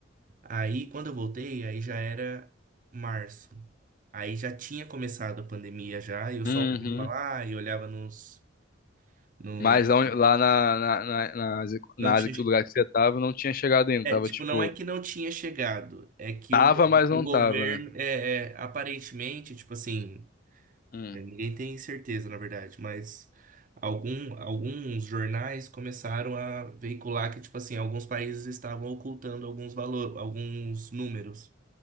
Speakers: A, on the right; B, on the left.
A: Aí, quando eu voltei, aí já era março. Aí já tinha começado a pandemia já, e eu só
B: Uhum.
A: ouvia falar e olhava nos. No,
B: Mas lá, onde- lá na, na, na, na Ásia,
A: não
B: na
A: tinha.
B: Ásia, que o lugar que você tava, não tinha chegado ainda.
A: É,
B: Tava,
A: tipo,
B: tipo.
A: não é que não tinha chegado, é que
B: Tava,
A: o,
B: mas
A: o
B: não
A: governo,
B: tava, né?
A: é, é, aparentemente, tipo assim,
B: Hum,
A: né, ninguém tem certeza, na verdade, mas algum, alguns jornais começaram a veicular que, tipo assim, alguns países estavam ocultando alguns valores, alguns números,